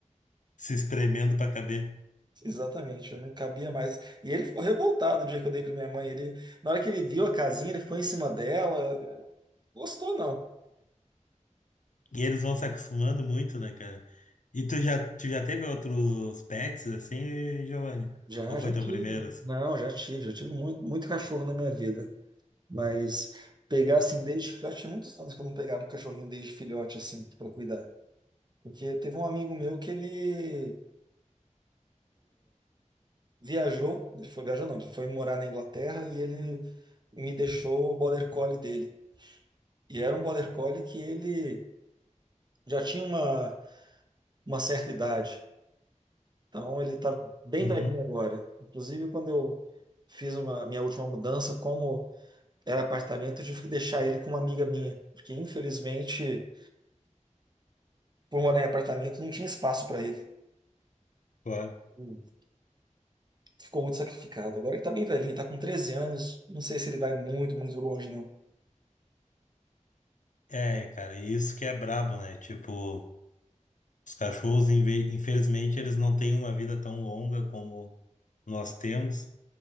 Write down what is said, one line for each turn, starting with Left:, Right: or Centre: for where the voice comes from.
Left: se espremendo pra caber.
Right: Exatamente, eu não cabia mais. E ele ficou revoltado o dia que eu dei pra minha mãe. Ele, na hora que ele viu a casinha, ele ficou em cima dela. Gostou, não.
Left: E eles vão se acostumando muito, né, cara? E tu já, tu já teve outros pets assim, Giovanni?
Right: Já,
Left: Ou foi
Right: já
Left: teu
Right: tive.
Left: primeiro? assim?
Right: Não, já tive, já tive muito, muito cachorro na minha vida. Mas pegar assim desde filhote, tinha muitos anos que eu não pegava um cachorrinho desde filhote, assim, pra cuidar. Porque teve um amigo meu que ele viajou, ele foi viajou, não, ele foi morar na Inglaterra e ele me deixou o border collie dele. E era um border collie que ele já tinha uma, uma certa idade. Então ele tá bem
Left: Uhum,
Right: velhinho agora. Inclusive, quando eu fiz uma minha última mudança, como era apartamento, eu tive que deixar ele com uma amiga minha, porque infelizmente, por morar em apartamento, não tinha espaço para ele.
Left: claro.
Right: Hum, Ficou muito sacrificado. Agora ele tá bem velhinho, tá com 13 anos, não sei se ele vai muito, muito longe, não.
Left: É, cara, e isso que é brabo, né? Tipo, os cachorros, inve- infelizmente, eles não têm uma vida tão longa como nós temos.